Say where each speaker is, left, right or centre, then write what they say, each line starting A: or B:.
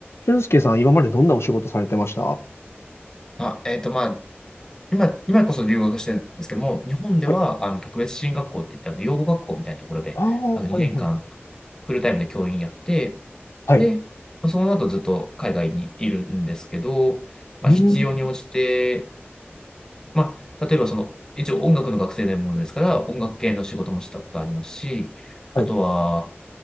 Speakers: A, on the left; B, on the left.
A: 俊介さん、今までどんなお仕事されてましたは
B: あ、えっと、まあ、今、今こそ留学してるんですけども、日本では、
A: い。
B: あの、特別支援学校って言って、あの、養護学校みたいなところで、
A: ああ、
B: あの、2年間、
A: はいはい。
B: フルタイムで教員やって、
A: はい。
B: で、その後ずっと海外にいるんですけど、まあ、
A: うーん。
B: 必要に応じて、まあ、例えばその、一応音楽の学生でものですから、音楽系の仕事もしたことありますし、
A: はい。
B: あとは、